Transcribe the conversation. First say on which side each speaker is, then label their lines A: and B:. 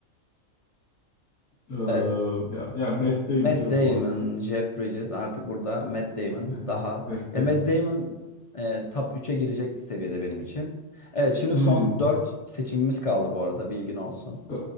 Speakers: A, on the left; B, on the left.
A: Eee,
B: Evet.
A: ya, yani Matt Damon
B: Matt
A: canım
B: Damon,
A: bu artık.
B: Jeff Bridges artık burada Matt Damon
A: Yani
B: daha.
A: Matt
B: Ya
A: Damon.
B: Matt Damon e, top 3'e girecek seviyede benim için. Evet şimdi
A: Hmm.
B: son 4 seçimimiz kaldı bu arada bilgin olsun.
A: E-